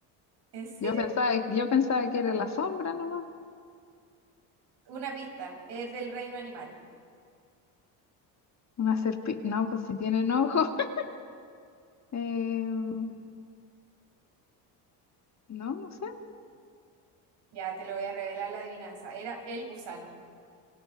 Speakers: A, on the right; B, on the left.
A: ¿En serio?
B: Yo pensaba, yo pensaba que era la sombra nomás.
A: Una pista, es del reino animal.
B: Una serpiente. No, pues si tienen ojo. <laughs> Eh, no, no sé.
A: Ya te lo voy a revelar la adivinanza. Era el gusano.